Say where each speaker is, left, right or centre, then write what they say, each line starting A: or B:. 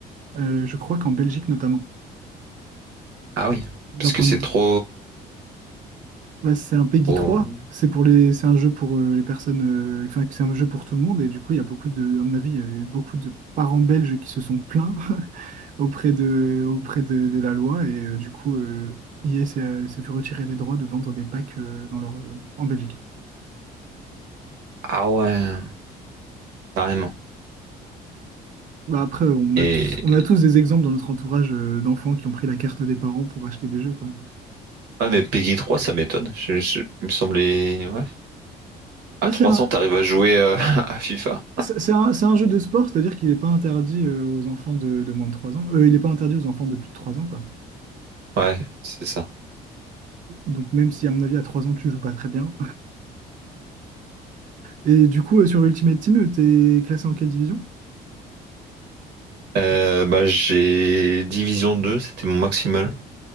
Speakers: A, on the right (about 50°); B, on the right (about 80°).
A: Euh, je crois qu'en Belgique, notamment,
B: Ah oui,
A: d'un
B: parce
A: point
B: que c'est
A: de
B: trop...
A: Bah, c'est un PEGI
B: trop-
A: 3. C'est pour les, c'est un jeu pour euh, les personnes. euh, Enfin, c'est un jeu pour tout le monde. Et du coup, il y a beaucoup de, à mon avis, il y a eu beaucoup de parents belges qui se sont plaints <laughs> auprès de, auprès de, de la loi. Et euh, du coup, euh, EA s'est euh, s'est fait retirer les droits de vendre des packs euh, dans leur, euh, en Belgique.
B: Ah ouais, carrément.
A: Bah, après, on
B: Et...
A: a tous, on a tous des exemples dans notre entourage euh, d'enfants qui ont pris la carte des parents pour acheter des jeux, quoi.
B: Ah mais Peggy 3, ça m'étonne. Je, je- Il me semblait... Ouais. À
A: Ouais,
B: 300,
A: c'est un,
B: t'arrives à jouer euh, <laughs> à FIFA.
A: c'est c'est un, c'est un jeu de sport, c'est-à-dire qu'il n'est pas interdit euh, aux enfants de, de moins de 3 ans. Euh, il n'est pas interdit aux enfants de plus de 3 ans, quoi.
B: Ouais, c'est ça.
A: Donc même si à mon avis à 3 ans tu joues pas très bien. Et du coup euh, sur Ultimate Team, euh, t'es classé en quelle division?
B: Euh, bah j'ai Division 2, c'était mon maximal.